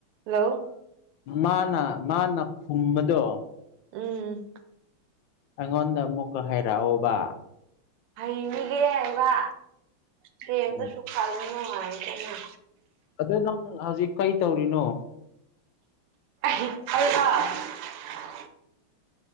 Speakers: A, on the right; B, on the left.
A: Hello
B: ꯃꯥꯅ ꯃꯥꯅ ꯈꯨꯝꯕꯗꯣ
A: ꯎꯝ
B: ꯑꯩꯉꯣꯟꯗ ꯑꯃꯨꯛꯀ ꯍꯥꯏꯔꯛꯑꯣꯕ
A: ꯍꯩꯅꯤꯒꯦ ꯍꯥꯏꯕ ꯇ꯭ꯔꯦꯝꯗꯨꯁꯨ
B: ꯎꯝ
A: ꯈꯥꯏꯗ ꯅꯨꯡꯉꯥꯏꯅꯤ ꯀꯩꯅꯣ
B: ꯑꯗꯣ ꯅꯪ ꯍꯧꯖꯤꯛ ꯀꯩ ꯇꯧꯔꯤꯅꯣ
A: <unintelligible>